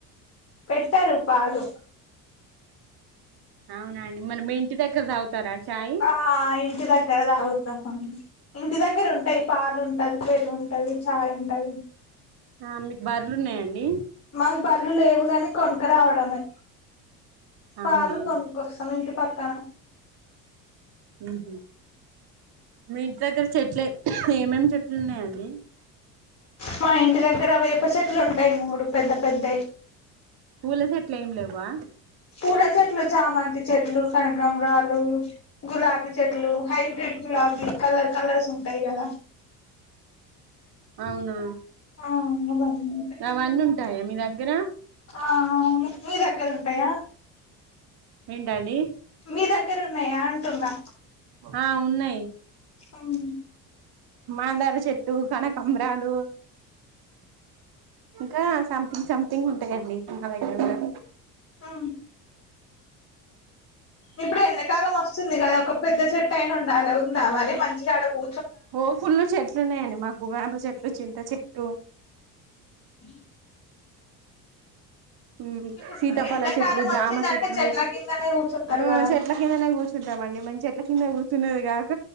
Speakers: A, on the left; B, on the right.
A: పెట్టారు పాలు
B: అవునండి మనం ఇంటి దగ్గర తరా చాయ్
A: ఆ ఇంటి దగ్గర తాగుతాం ఇంటి దగ్గర ఉంటాయి పాలు ఉంటది పెరుగు ఉంటది చాయ్ ఉంటది
B: ఆ మీకు బర్లు ఉన్నాయండి
A: మకు బళ్లు లేవు కాని కొనక రావడమే
B: అవునా
A: పాలు కొనుక్కొస్తాం ఇంటి పక్కన
B: ఉహు మీ ఇంటి దగ్గర చెట్లే ఏమేమి చెట్లు ఉన్నాయాని
A: మా ఇంటి దగ్గర వేప చెట్లు ఉంటాయి మూడు పెద్ద పెద్ద
B: పూల చెట్లు ఏం లేవా
A: పూల చెట్లు చామంతి చెట్లు కనకాంబ్రాలు గులాబీ చెట్లు హైబ్రిడ్ గులాబీ కలర్ కలర్స్ ఉంటాయి కదా
B: అవునా
A: ఆ అవన్నీ ఉంటాయి
B: అవన్నీ ఉంటాయా మీ దగ్గర
A: ఆఆ మీ దగ్గర ఉంటాయా
B: ఏంటండీ
A: మీ దగ్గర ఉన్నాయా అంటున్నా
B: ఆ ఉన్నాయి
A: అవు
B: మాందర చెట్టు కనకంబరాలు ఇంకా సం ఇ సంథింగ్ ఉంటాయండి మా దగ్గర కూడా
A: ఆ ఇప్పుడు ఎండాకాలం వస్తుంది కద ఒక పె ద్ద సెట్టాయినా ఉండాల ఉందా మరి మంచిగాడ కూ
B: ఓ ఫుల్లు చెట్లున్నాయండి మాకు వేప చెట్లు చింత చెట్టు
A: అ
B: ఆ
A: ఇప్పుడు
B: సీతపల
A: ఎండాకాలం
B: చెట్లు
A: వచ్చిందంటే
B: జామ చెట్లు
A: చెట్ల కిందనే కూర్చుంటారు
B: ఆహ్
A: కదా
B: చెట్లకిందనే గుచ్చ టామండి మంచిగా చెట్ల కింద కూచున్నది కాక